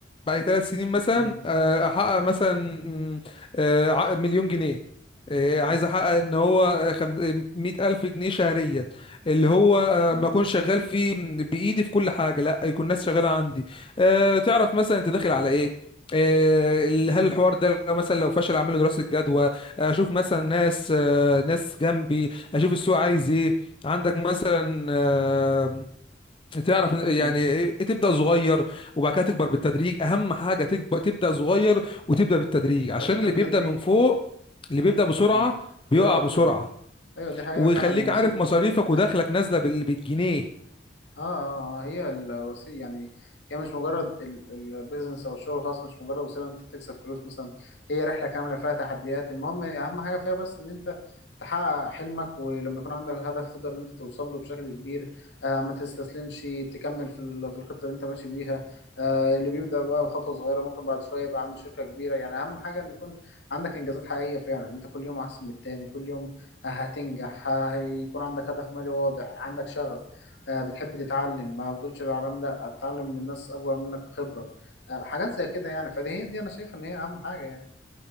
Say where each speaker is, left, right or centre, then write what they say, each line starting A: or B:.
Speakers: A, on the left (about 30°); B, on the left (about 75°).
A: بعد ثلاث سنين مثلا
B: مم،
A: آه، احقق مثلا مم، آه، عق- مليون جنيه آه،
B: مم،
A: عايز احقق ان هو مية الف جنيه شهريا اللي هو آه،
B: تمام
A: ما اكون شغال فيه بايدي في كل حاجه لا يكون ناس شغاله عندي آه، تعرف مثلا انت داخل على ايه آه، ال- هل الحوار ده لو مثلا لو فشل اعمل له دراسه جدوى اشوف مثلا ناس آه، ناس جنبي اشوف السوق عايز ايه عندك مثلا آه، تعرف يعني
B: مم.
A: إيه- تبدا صغير وبعد كده تكبر بالتدريج اهم حاجه تكبر تبدا صغير وتبدا بالتدريج عشان
B: هتبدأ
A: اللي
B: بالتدريج
A: بيبدا من فوق اللي بيبدا بسرعه
B: اه
A: بيقع
B: بيقع بسرعة
A: بسرعه
B: ايوه دي حقيقة
A: ويخليك
B: فعلا الوسيل
A: عارف مصاريفك
B: يعني
A: ودخلك نازله بال- بالجنيه
B: اه اه آه، هي الوسيله يعني هي مش مجرد البيزنس او الشغل الخاص مش مجرد وسيله إن انت تكسب فلوس مثلا هي رحله كامله فيها تحديات المهم اهم حاجه فيها بس ان انت تحقق حلمك ولما يكون عندك هدف تقدر ان انت توصل له بشكل كبير آه ما تستسلمش تكمل في ال- في الخطه اللي انت ماشي بيها آه اللي بيبدا بقى بخطوه صغيره ممكن بعد شويه يبقى عنده شركه كبيره يعني اهم حاجه ان يكون عندك انجازات حقيقيه فعلا انت كل يوم احسن من التاني كل يوم هتنجح هيكون عندك هدف مالي واضح عندك شغف آه، بتحب تتعلم ما بتقولش للعالم لا اتعلم من ناس اكبر منك خبرة آه، حاجات زي كده يعني فدي هي دي انا شايف ان هي اهم حاجة يعني